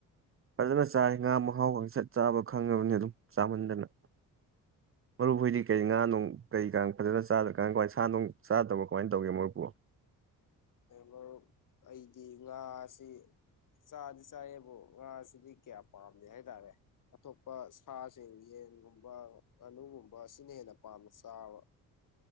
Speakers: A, on the right; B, on the left.
A: ꯐꯖꯅ ꯆꯥꯔꯤ ꯉꯥ ꯃꯈꯥꯎ ꯈ ꯁꯠ ꯆꯥꯕ ꯈꯪꯉꯕꯅꯤ ꯑꯗꯨꯝ ꯆꯥꯃꯟꯗꯅ ꯃꯔꯨꯞ ꯍꯣꯏꯗꯤ ꯀꯩ ꯉꯥ ꯅꯨꯡ ꯀꯩꯀ ꯐꯖꯅ ꯆꯥꯗꯀ ꯀꯃꯥꯏꯅ ꯁꯥ ꯅꯨꯡ ꯆꯥꯗꯕ ꯀꯃꯥꯏꯅ ꯇꯧꯒꯦ ꯃꯔꯨꯞꯄꯨ
B: ꯃꯔꯨꯞ ꯑꯩꯗꯤ ꯉꯥꯁꯤ ꯆꯥꯗꯤ ꯆꯥꯏꯌꯦꯕꯨ ꯉꯥꯁꯤꯗꯤ ꯀꯌꯥ ꯄꯥꯝꯗ ꯍꯥꯏ ꯇꯥꯔꯦ ꯑꯇꯣꯞꯄ ꯁꯥꯁꯤꯡ ꯌꯦꯟꯒꯨꯝꯕ ꯉꯥꯅꯨꯒꯨꯝꯕ ꯑꯁꯤꯅ ꯍꯦꯟꯅ ꯄꯥꯝꯅ ꯆꯥꯕ꯫